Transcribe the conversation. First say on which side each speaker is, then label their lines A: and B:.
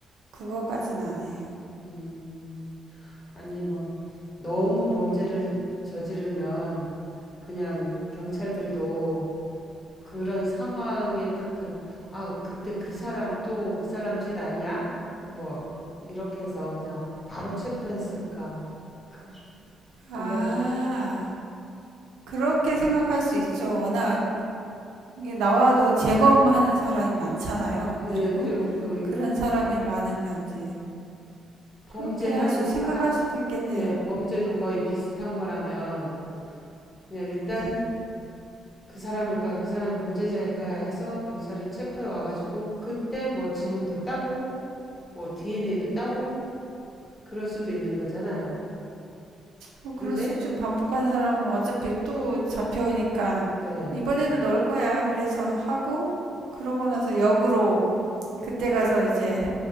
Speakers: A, on the right (about 85°); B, on the left (about 25°).
A: 그거까지는 아니에요.
B: 음, 아니 막 너무 범죄를 저지르면 그냥 경찰들도 그런 상황에 딱 들, 아 그때 그 사람 또 그 사람 짓 아니야? 뭐 이렇게 해서 그냥 바로 체포했을까? 그, 그거는
A: 아, 그렇게 생각할 수 있죠. 워낙 나와도 재범하는 사람이 많잖아요.
B: 네네
A: 그리고
B: 그리고 그
A: 그런 사람이 많으면 이제
B: 범죄한
A: 그렇게 할 수, 생각할
B: 아,
A: 수도 있겠네요.
B: 네 범죄도 거의 비슷한 거라면 그냥 일단
A: 네.
B: 그 사람일까 그 사람이 범죄자일까 해서 경찰은 체포해 와가지고 그때 뭐 지문도 따고 뭐 DNA도 따고 그럴 수도 있는 거잖아요.
A: 뭐
B: 근데
A: 그럴 수 있죠. 반복한 사람은 어차피 또 잡혀오니까
B: 네,
A: 이번에도 넣을 거야. 이래서 하고 그러고 나서 역으로 그때 가서 이제